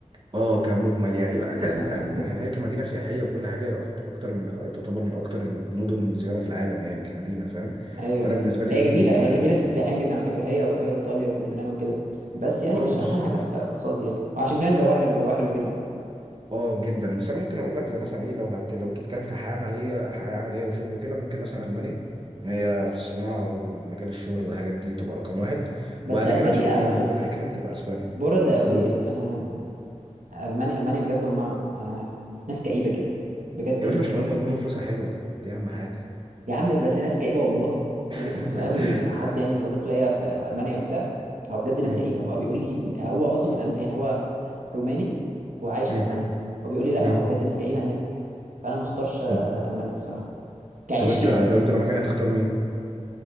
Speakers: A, on the right (about 40°); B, on the right (about 80°).
A: اه كمجمل يعني لا كان
B: <laughs>
A: يعني هي كمدينه سياحيه وكل حاجه هي أكت- اكتر من تعتبر من اكتر المدن زياره في العالم يعني كمدينه فاهم
B: ايوه
A: فانا
B: ايوه
A: بالنسبه لي
B: هي جميله
A: ال-
B: هي جميله سياحيا جدا على فكره هي هي ايطاليا واليونان وكده بس يعني
A: اه
B: مش
A: بالظبط
B: احسن حاجه في كاقتصاد يعني عشان كان جواها حلو جواها حلو جدا
A: اه جدا بس انا ممكن اقول لك زي مثلا ايه لو هت... لو انت بتتكلم كحياه عمليه حياه عمليه وشغل وكده ممكن مثلا المانيا ان هي في الصناعه ومجال الشغل والحاجات دي تبقى رقم واحد
B: بس
A: وبعد
B: المانيا
A: كده ان شاء الله لما ربنا يكرم تبقى اسبانيا
B: برده قوي
A: قول
B: يعني انا المانيا المانيا بجد هم آه، ناس كئيبه كده بجد
A: يا
B: ناس
A: باشا مش
B: كئيبه
A: مهم المهم فلوسها حلوه دي اهم حاجه
B: يا عم بس ناس كئيبه والله
A: <laughs>
B: انا لسه كنت مقابل حد يعني صديق ليا في, في المانيا وبتاع هو بجد ناس
A: مم.
B: كئيبه هو بيقول لي إن هو اصلا من ألم... يعني هو روماني وعايش
A: مم.
B: في المانيا هو بيقول لي لا
A: مم.
B: هو بجد ناس كئيبه هناك فانا ما اختارش آه،
A: طب
B: المانيا الصراحه كعيش
A: طب انت
B: فيها
A: طب انت لو مكاني هتختار مين؟